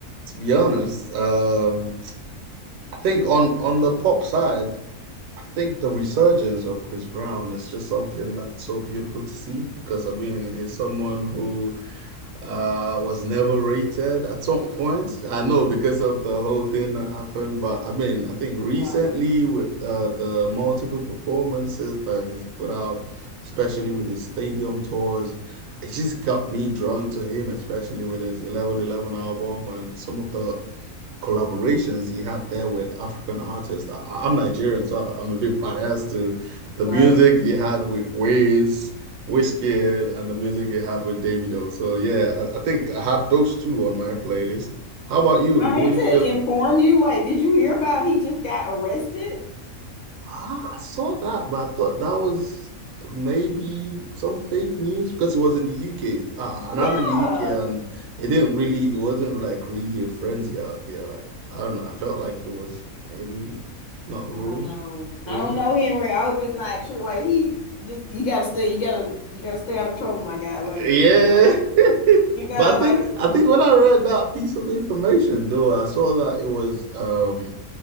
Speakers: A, on the right (about 70°); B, on the left (about 60°).
A: to be honest, um, I think on on the pop side. I think the resurgence of Chris Brown is just something that's so beautiful to see because I mean he's someone who uh was never rated at some point. I know because of the whole thing that happened, but I mean I think recently
B: Yeah.
A: with uh, the multiple performances that he's put out, especially with his stadium tours, it just got me drawn to him, especially with his 1111 album and some of the collaborations he had there with African artists. I, am Nigerian, so I'm a bit biased to the
B: Right.
A: music he had with Wiz, Wizkid, and the music he had with Davido. So yeah, I, I think I had those two on my playlist. How about you?
B: I
A: Who
B: hate
A: are you
B: to
A: feeling?
B: inform you, like, did you hear about he just got arrested?
A: Ah, I saw that, but I thought that was maybe some fake news because it was in the UK, uh, and
B: Yeah.
A: I'm in the UK, and it didn't really, it wasn't like really a frenzy out here. Like I don't know, I felt like it was maybe not real,
B: I don't know.
A: real.
B: I don't know Henry. I hope it's not true. Like he just you gotta stay you gotta you gotta stay out of trouble, my guy. Like
A: Yeah,
B: you gotta,
A: <laughs>
B: you gotta
A: but I
B: like
A: think I think when I read that piece of information, though, I saw that it was um.